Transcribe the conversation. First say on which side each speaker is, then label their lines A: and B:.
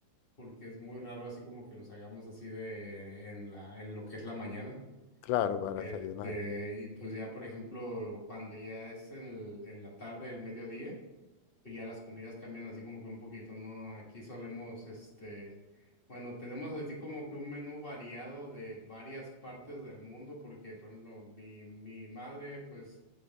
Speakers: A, on the left; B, on the left.
A: porque es muy raro así como que los hagamos así de en la, en lo que es la mañana.
B: Claro, para
A: Este,
B: desayunar.
A: y pues ya, por ejemplo, cuando ya es en, el- en la tarde, el mediodía, pues ya las comidas cambian así como que un poquito, ¿no? Aquí solemos, este, bueno, tenemos así como que un menú variado de varias partes del mundo, porque, por ejemplo, mi, mi madre, pues,